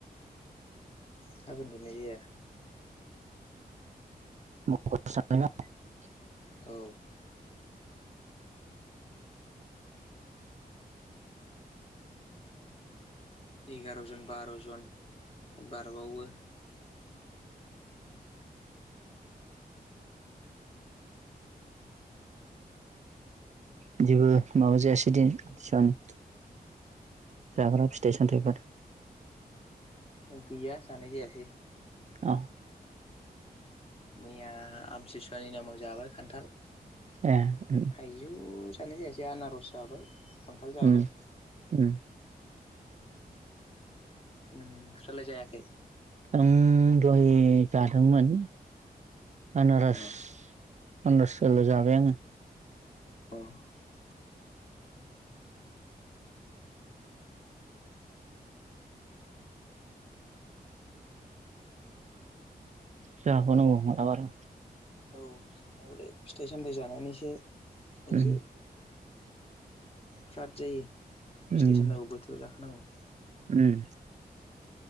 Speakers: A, on the left; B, on the right.
A: थाब उन्दुनाय जाया।
B: <unintelligible>
A: औ। एगार' जन बार' जन बारबावो।
B: बिदिबो माबा जायासै दिनि आथिसुवानि जाग्रा फिथाइ-सामथाइफोर?
A: गैया जानाय जायासै।
B: अ।
A: मैया आमसेसुवानि नामाव जाबाय खान्थाल।
B: ए उम
A: थाइजौ खानाय जायासै आनारस जाबाय। खान्थाल जाबाय।
B: उम उम
A: ओम नोंस्रालाय जायाखै?
B: आं दहाय जादोंमोन। आनारस।
A: अ
B: पन्दसल' जाबाय आङो।
A: अ'।
B: जाबावनांगौ मालाबा र'।
A: औ जानांगौलै फिथाइ सामथाइ जानानैसो आजो
B: उम
A: फ्राद जायो।
B: उम
A: फिथाइ सामथाइखो बोथोराव जाखानांगौ।
B: उम